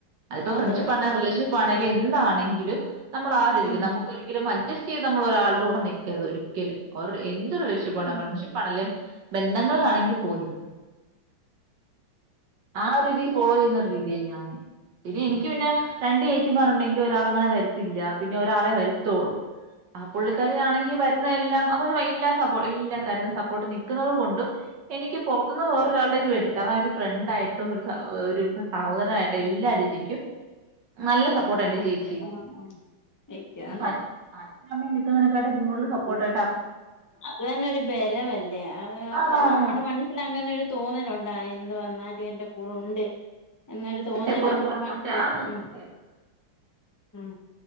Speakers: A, on the right; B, on the left.
A: അപ്പോഫ്രണ്ട്ഷിപാനെ
B: അത്രേ ഉള്ളൂ
A: റിലേഷൻ എന്താണെങ്കിലും നമ്മളാ രീതിക്ക്‌
B: ഉം
A: നമുക്കൊരിക്കലും അജസ്റ്റ് ചെയ്ത് നമ്മളഒരാളുടെ കൂടെ നിക്കരുത് ഒരിക്കലും അവരുണ്ടേ എന്ത് അതൊരു റിലേഷൻഷിപ്
B: ഉം
A: ആണ് ഫ്രണ്ട്ഷിപ്പാണ്ലെ ബന്ധങ്ങളിലാണെങ്കിൽ പോലും. ആഹ് രീതിയിൽ ഫോളോ ചെയ്യുന്ന ഒരു രീതിയാ ഞാന്, പിന്നെ എനിക്ക് പിന്നെ രണ്ട് രീ ചേച്ചിമാർ ഉണ്ടെങ്കിലും ഒരാള് അങ്ങനെ വരത്തില്ല, പിന്നെ ഒരാളെ വരുത്തോളളൂ. ആഹ് പുള്ളിക്കാരി ആണെങ്കിൽ വരുന്ന എല്ലാം. അവര് എല്ലാ സപ്പോർട്ട് എല്ലാ കാര്യത്തിനും സപ്പോർട്ട് നിൽക്കുന്നത് കൊണ്ടും. എനിക്ക് പുറത്തുന്ന വേറൊരാളുടെ ഇത് വേണ്ടേ കാരണം അവര്. ഫ്രണ്ടായിട്ടും ഒ ഒരു സഹോദരാനായിട്ടും എല്ലാരീതിക്കും നല്ല സപ്പോർട്ട്. സപ്പോർട്ട് എന്റെ
B: വെയ്ക്ക
A: ചേച്ചി
B: ആ ആ വെയ്ക്ക ആ
A: സ അച്ഛനും അമ്മയും നിക്കുന്നതിനെക്കാട്ടും കൂടുതൽ സപ്പോർട്ടാ.
B: അത് തന്നെ ഒരു ബലമല്ലേ, അത് അപ്പം
A: ആണാണ്
B: നമ്മുടെ മനസ്സില് അങ്ങനെ ഒരു തോന്നൽ ഒണ്ട് എന്ത് വന്നാലും. ദേ എന്റെ കൂടെ ഒണ്ട്, എന്നൊരു തോന്നല്
A: എന്റെ കൂടെ
B: നമുക്ക്
A: പുറപ്പെട്ട്
B: മനസ്സിലും
A: ആന്ന്
B: ഉം.
A: സത്യം
B: ഉം